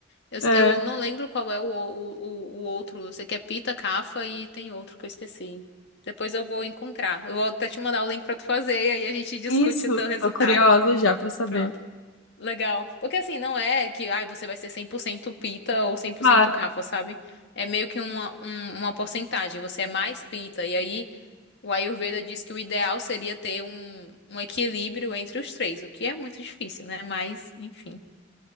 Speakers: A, on the left; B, on the left.
A: Eu,
B: É,
A: eu não lembro qual é o, o, o, o outro. Eu sei que é Pita, Cafa e tem outro que eu esqueci. Depois eu vou encontrar. Eu vou até te mandar o link pra tu fazer e aí a gente discute
B: isso.
A: o teu resultado.
B: Tô curiosa já pra saber.
A: Pronto. Legal. Porque assim, não é que ai, você vai ser 100% Pita ou cem por
B: Claro.
A: cento Cafa, sabe? É meio que uma, um- uma porcentagem. Você é mais Pita. E aí o Ayurveda diz que o ideal seria ter um, um equilíbrio entre os três, o que é muito difícil, né? Mas, enfim.